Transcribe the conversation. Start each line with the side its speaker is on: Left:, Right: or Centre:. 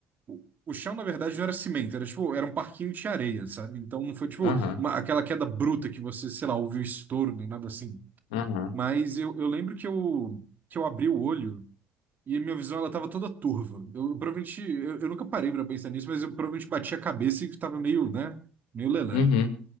Right: o o chão, na verdade, não era cimento, era tipo, era um parquinho de areia, sabe? Então não foi tipo
Left: aham,
Right: uma- aquela queda bruta que você, sei lá, ouviu estouro, nem nada assim.
Left: aham,
Right: Mas eu, eu lembro que eu, que eu abri o olho e a minha visão ela tava toda turva. Eu provavelmente, eu, eu nunca parei pra pensar nisso, mas eu provavelmente bati a cabeça e tava meio, né, meio lelé.
Left: uhum,